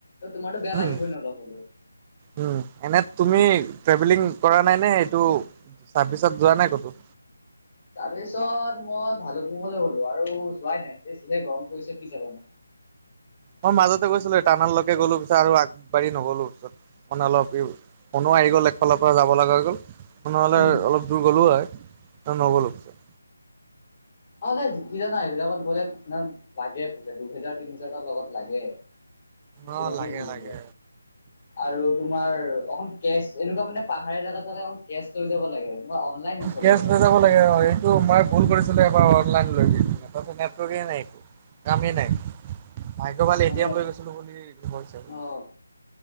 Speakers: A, on the left; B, on the right.
A: তোমাৰতো বেয়া
B: উম।
A: লাগিবই ন' অলপ হলেও।
B: উম, এনে তুমি ট্ৰেভেলিং কৰা নাই নে এইটো চাৰ্ভিচত যোৱা নাই ক'তো?
A: চাৰ্ভিচত মই ভালুকপুংলৈ গলো আৰু যোৱাই নাই এ যিহে গৰম পৰিছে কি যাবা নো।
B: মই মাজতে গৈছিলো টানাললৈকে গলো পিছত আগবাঢ়ি নগ'লো পিছত। মানে অলপ ই ফোনো আহি গ'ল একফালৰ পৰা যাব লগা হৈ গ'ল। নহ'লে
A: উম
B: অলপ দূৰ গ'লো হয় নগলো পিছত।
A: অ', কি জানা এইবিলাকত গলে তোমাৰ লাগে পইচা দুহেজাৰ তিনি হেজাৰ এটা লগত লাগে।
B: অ
A: জীৱনে
B: লাগে
A: <unintelligible>
B: লাগে
A: আৰু তোমাৰ অখন কেচ, এনেকুৱা মানে পাহাৰ জেগাত যালে অকন কেচ লৈ যাব লাগে এনেকা অনলাইন নচলে
B: কেচ
A: তাত।
B: <unintelligible> মই ভুল কৰিছিলোঁ এবাৰ অনলাইন লৈ গৈ কিনে, তাৰপিছত নেটৱৰ্কে নাই একো কামেই নাই ভাগ্য ভাল
A: মানে
B: এতি এম লৈ গৈছিলো বুলি হৈছেগৈ।
A: অ'